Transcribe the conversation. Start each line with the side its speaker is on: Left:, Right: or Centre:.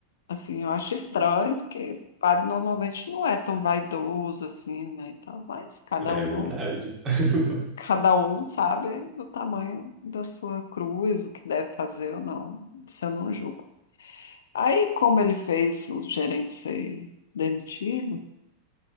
Left: Assim, eu acho estranho, porque padre normalmente não é tão vaidoso assim, né? Então, mas cada
Right: É
Left: um,
Right: verdade. <laughs>
Left: cada um sabe do tamanho da sua cruz, o que deve fazer ou não. Isso eu não julgo. Aí, como ele fez o gerente ser demitido,